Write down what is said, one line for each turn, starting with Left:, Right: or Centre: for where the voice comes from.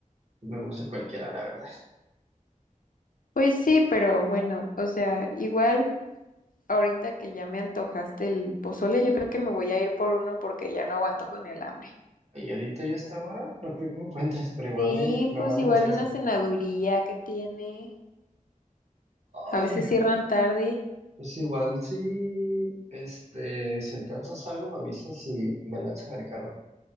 Right: pues, me gusta cualquiera, la verdad.
Left: Pues sí, pero bueno, o sea, igual ahorita que ya me antojaste el pozole, yo creo que me voy a ir por uno porque ya no aguanto con el hambre.
Right: Y ahorita yo hasta ahora no creo que encuentres, pero igual
Left: Sí,
Right: me, me
Left: pues
Right: manda
Left: igual
Right: mensajes.
Left: una cenaduría que tiene. A
Right: Ay,
Left: veces cierran tarde.
Right: pues igual si, este, si alcanzas algo me avisas y me lanzas en el carro.